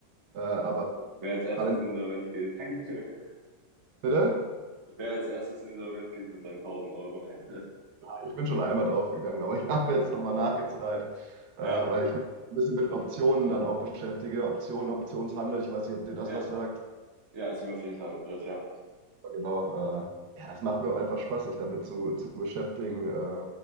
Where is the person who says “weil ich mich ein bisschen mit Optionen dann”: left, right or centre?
Right